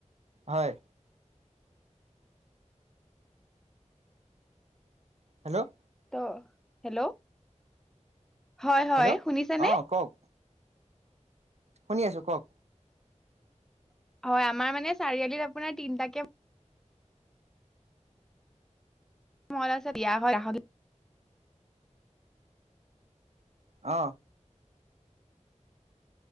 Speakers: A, on the right; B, in the centre.
A: হয়। হেল্ল'!
B: ত' হেল্ল'! হয় হয়,
A: হেল্ল'
B: শুনিছ নে?
A: অ কওক শুনি আছো, কওক?
B: হয়। আমাৰ মানে চাৰিআলিত আপোনাৰ তিনটাকে <unintelligible>
A: অ।